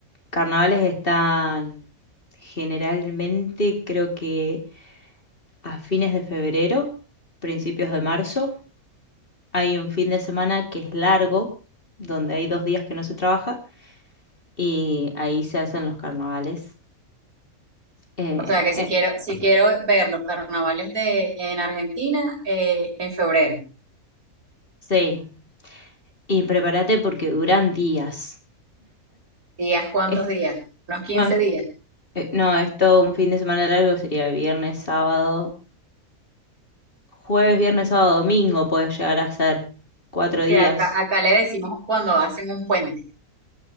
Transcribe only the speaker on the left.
carnavales están generalmente, creo que a fines de febrero, principios de marzo. Hay un fin de semana que es largo, donde hay dos días que no se trabaja, y ahí se hacen los carnavales. Eh,
eh,
sí. Y prepárate porque duran días.
Es-
no, es-
Eh, no, es todo un fin de semana largo, sería viernes, sábado, jueves, viernes, sábado, domingo puede llegar a ser. Cuatro días.